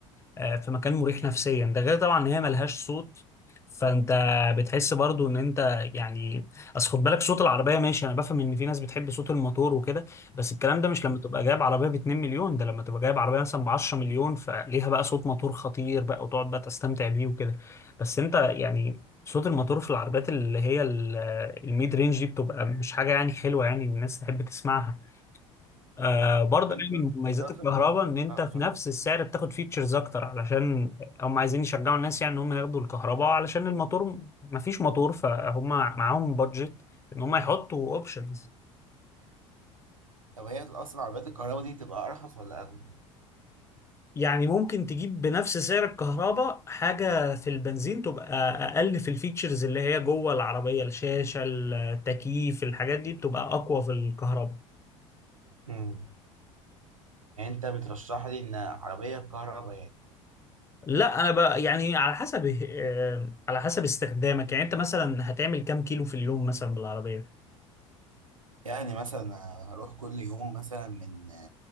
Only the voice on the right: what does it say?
مم.
طب انت
انت اصلا
بت...
اه
اتفضل
طب هي اصلا عربيات الكهرباء دي تبقى ارخص ولا اغلى
مم. يعني انت بترشح لي ان عربيه كهرباء يعني
يعني مثلا هروح كل يوم مثلا من